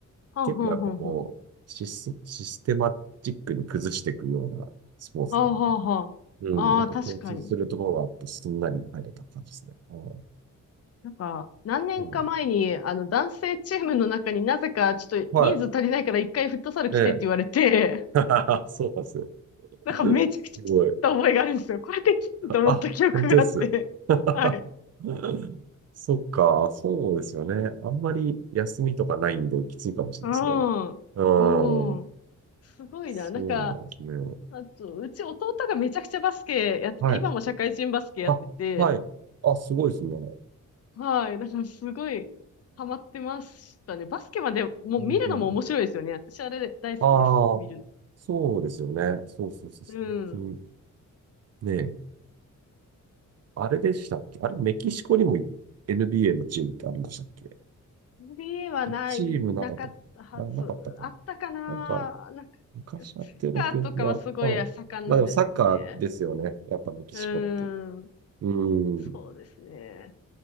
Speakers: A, on the left; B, on the right.
A: あ、
B: 結構やっぱこう、
A: はあ、は
B: シス、システマチックに崩していくようなスポーツなんで、
A: あ、はあ、はあ、はあ、
B: うん、なんか共通するところがあって、
A: ああ、確かに。
B: すんなり入れた感じですね。うん、
A: なんか、何年か前に、
B: うん
A: あの、男性チームの中になぜか、ちょっと人数足りないから一回フットサル来てって言われて、
B: はい。ええ。<laughs> そうなんですよ。
A: なんかめちゃくちゃ切った覚えがあるんですよ。
B: すごい。
A: これできると思った記憶があって。
B: あ、本当です。<laughs>
A: <laughs> はい。
B: そっか、そうですよね。あんまり休みとかないんできついかもしれないですね。
A: うん。
B: う
A: う
B: ん。
A: ん。すごいな。
B: そうなんですね。
A: なんか、あと、うち弟がめちゃくちゃバスケやってて、
B: はい。
A: 今も社会人バスケやってて、
B: あ、はい。あ、すごいですね。
A: はい。なんかすごいハマってましたね。バスケまでもう見るのも面白いですよね。
B: うん。
A: 私あれ大好きです。
B: ああ、
A: 見る
B: そうですよね。そうそうそう。
A: の。
B: 最近
A: うん。
B: ね、あれでしたっけあれ、メキシコにも NBA のチームってあるんでしたっけ
A: n はない、
B: 一チームなかったかなあ、
A: なかったはず。
B: なかったかな
A: あったかな。
B: なんか、
A: なんか、
B: 昔やってる記憶が、
A: サッカーとかはすごい盛んなんですけどね。
B: まあ、まあでもサッカーですよね。やっぱメキシコって。
A: うーん。
B: うーん。
A: そうですね。